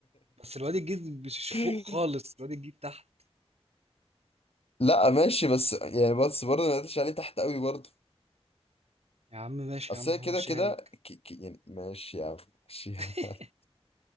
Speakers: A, on the right; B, on the left.
A: بس الواد الجديد مش فوق
B: <laughs>
A: خالص الواد الجديد تحت
B: لا ماشي بس يعني بس برضه ما قلتش عليه تحت قوي برضه
A: يا عم ماشي
B: اصل
A: يا عم همشيها
B: هي كده كده
A: لك
B: ك- ك- يعني ماشي يا عم ماشي يا عم
A: <laughs>
B: <laughs>